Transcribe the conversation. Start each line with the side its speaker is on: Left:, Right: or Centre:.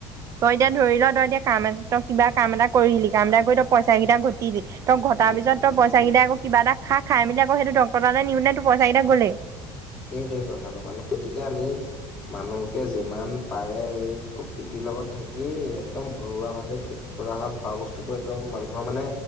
Right: তই এতিয়া ধৰি ল তই এতিয়া কাম এ তই কিবা কাম এটা কৰিলি কাম এটা কৰি তই পইচা কেইটা ঘটিলি। তই ঘটাৰ
Centre: উম
Right: পিছত তই পইচা কেইটা আকৌ। কিবা এটা খা খাই মেলি আকৌ সেইটো ডক্টৰতালে নিওঁতে টোৰ সেই পইচা কেইটা গলেই।
Centre: সেইটোৱেই কথাটো মানে, গতিকে আমি মানুহকে যিমান পাৰে এই প্ৰকৃতিৰ লগত থাকি একদম ঘৰুৱা ভাৱে খেতি কৰা হয় খোৱা বস্তুবোৰ একদম মানুহৰ মানে